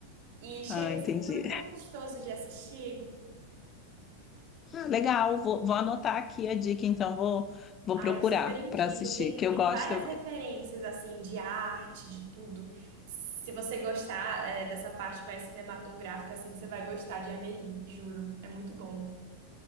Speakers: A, on the right; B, on the left.
A: E chega
B: Ah,
A: a
B: entendi.
A: ser um filme tão gostoso de assistir.
B: Ah, Legal, vou, vou anotar aqui a dica, então vou, vou
A: Ah,
B: procurar
A: eu super indico.
B: para assistir,
A: Tem,
B: que
A: tem
B: eu gosto.
A: várias
B: Eu...
A: referências, assim, de arte, de tudo. Se você gostar, é, dessa parte mais cinematográfica, assim, você vai gostar de Amélie, juro. É muito bom.